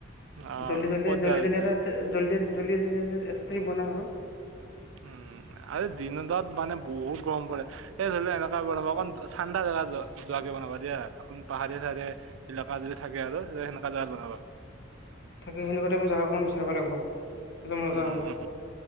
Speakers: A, on the right (about 75°); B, on the left (about 60°).
A: অ
B: জল্দি জল্দি
A: ক'ত যাই
B: জল্দি
A: পিছে
B: জল্দি এটা তে জল্দি জল্দি <unintelligible> এটা তাৰিখ বনাম আৰু।
A: উম' আৰু দিনত তাত মানে বহুত গৰম পৰে এই ধৰি লোৱা এনেকুৱা বনাবা অকণ ঠাণ্ডা জেগা যোৱা যোৱাকে বনাবা দিয়া অকন পাহাৰীয়া - চাহাৰিয়া ইলাকা যদি থাকে আৰু সেনেকা জেগাত বনাবা।
B: তাকে সেনেকুৱা টাইপৰ জেগা অকমান বিচাৰিব লাগিব। তেতিয়া মজা
A: উম
B: হ'ব,
A: উম